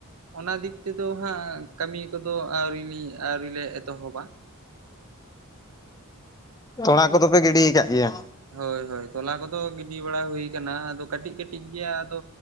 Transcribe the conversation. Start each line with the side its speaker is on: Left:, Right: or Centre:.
Right: ᱚᱱᱟ ᱫᱤᱠ ᱛᱮᱫᱚ ᱦᱟᱸᱜ ᱠᱟᱹᱢᱤ ᱱᱤᱛᱚᱜ ᱫᱚ ᱟᱹᱣᱨᱤ ᱟᱹᱣᱨᱤ ᱞᱮ ᱮᱛᱚᱦᱚᱵᱟ,
Left: ᱛᱚᱲᱟ ᱠᱚᱫᱚᱯᱮ ᱜᱤᱰᱤ ᱠᱟᱜ ᱜᱮᱭᱟ,
Right: ᱦᱳᱭ ᱦᱳᱭ ᱛᱚᱞᱟ ᱠᱚᱫᱚ ᱜᱤᱰᱤ ᱵᱟᱲᱟ ᱦᱩᱭᱩᱭ ᱠᱟᱱᱟ ᱟᱫᱚ ᱠᱟᱹᱴᱤᱡ ᱠᱟᱹᱴᱤᱡ ᱜᱮᱭᱟ, ᱟᱫᱚ